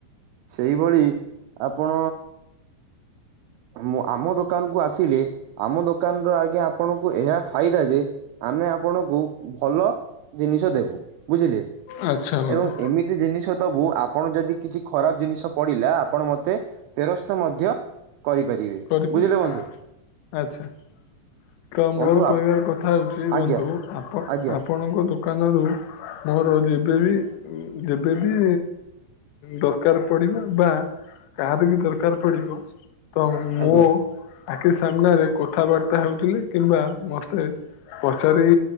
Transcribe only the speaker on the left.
ଆଚ୍ଛା ବନ୍ଧୁ
କରିପାରିବି
ଆଛା। ତ ମୋର
କହିବାର
କଥା ହେଉଛି ବନ୍ଧୁ
ଆପ
ଆପଣଙ୍କ ଦୋକାନରୁ ମୋର ଯେବେବି ଉଁ ଯେବେବି ଦରକାର ପଡିବ ବା କାର ବି ଦରକାର ପଡିବ ତ
ମୋ ଆଖି ସାମ୍ନାରେ କଥାବାର୍ତ୍ତା ହଉଥିଲେ କିମ୍ବା ମସ୍ତେ ପଚାରି